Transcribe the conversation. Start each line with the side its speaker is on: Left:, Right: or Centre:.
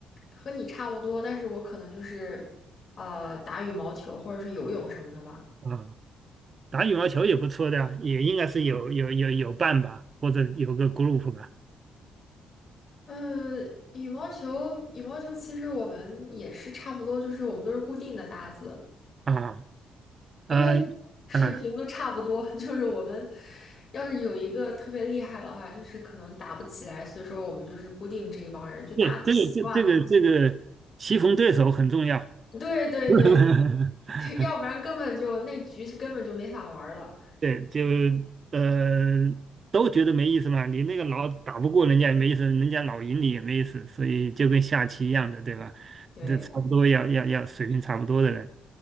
Left: 和你差不多，但是我可能就是呃打羽毛球或者是游泳什么的吧。
Right: 啊，打羽毛球也不错的啊，也应该是有有有有伴吧，或者有个 group 吧。
Left: 嗯，羽毛球，羽毛球其实我们也是差不多，就是我们都是固定的搭子。
Right: 啊
Left: 因为
Right: 啊
Left: 水平都差不多，
Right: 啊，
Left: <laughs> 就是我们要是有一个特别厉害的话，就是可能打不起来，所以说我们就是固定这一帮人，就大家都习惯了嘛。
Right: 对，这个这这个这个棋逢对手很重要。
Left: 对对对，
Right: <laughs>
Left: 对 <laughs> 要不然根本就那局根本就没法玩儿了。
Right: 对，就呃都觉得没意思嘛。你那个老打不过人家也没意思，人家老赢你也没意思，所以就跟下棋一样的，对吧？
Left: 对
Right: 这差不多要要要水平差不多的人，